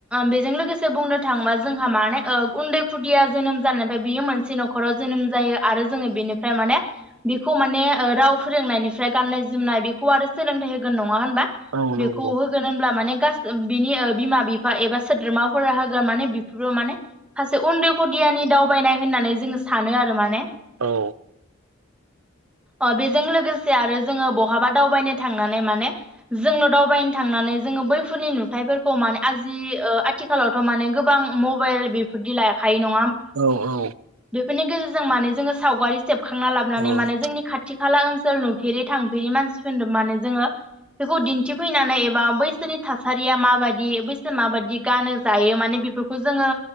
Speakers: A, in the centre; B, on the right.
A: बेजों लोगोसे बुंनो थाङोबा जोंहा माने ओ उन्दै खुदिया जोनोम जानायनिफ्राय बियो मोनसे न'खराव जोनोम जायो आरो जोङो बेनिफ्राय माने बेखौ माने राव फोरोंनायनिफ्राय गाननाय जोमनाय बेखौ आरो सोलोंथाइ होगोन नङ <unintelligible>
B: औ
A: बेखौ
B: नंगौ
A: होगोन होनब्ला माने फास बिनि बिमा बिफा एबा सोद्रोमाफोरा होगोन माने बेफोरबो माने सासे उन्दै खदियानि दावबायनाय होननानै जोङो सानो आरो माने
B: औ
A: अ बेजों लोगोसे आरो जोङो बहाबा दावबायनो थांनानै माने जोंल' दावबायनो थांनानै जोङो बैफोरनि नुथायफोरखौ माने आजि आथिखालावथ' माने गोबां मबाइल बेफोरदि लायाखायो नङा
B: औ औ
A: बेनि गेजेरजों मे जोङो सावगारि सेबखांना लाबोनानै
B: औ
A: माने जोंनि खाथि खाला ओनसोल नुफेरि थांफेरि मानसिफोरनो मानोे जोङो बेखौ दिन्थिफैनानै एबा बैसोरनि थासारिया माबाददि बैसोर माबाददि गानो जायो माने बेफोरखौ जोङो